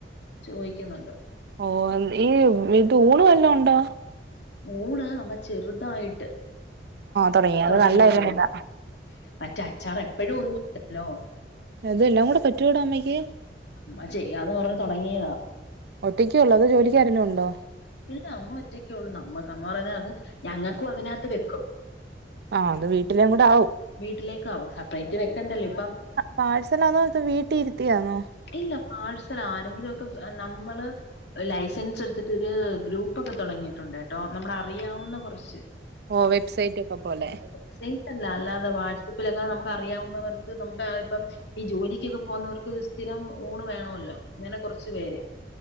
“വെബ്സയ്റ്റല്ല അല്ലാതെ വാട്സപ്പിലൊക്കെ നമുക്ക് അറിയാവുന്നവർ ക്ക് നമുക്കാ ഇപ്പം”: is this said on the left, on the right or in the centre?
Left